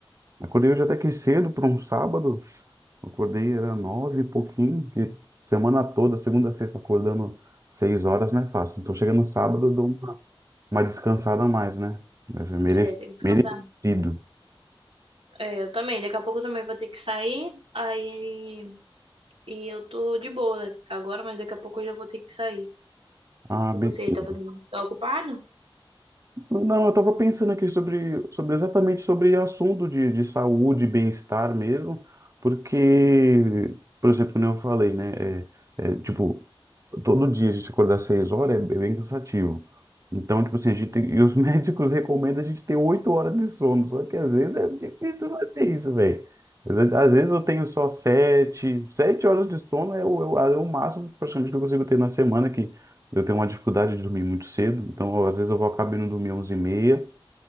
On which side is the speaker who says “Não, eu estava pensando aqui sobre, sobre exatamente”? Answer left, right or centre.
Right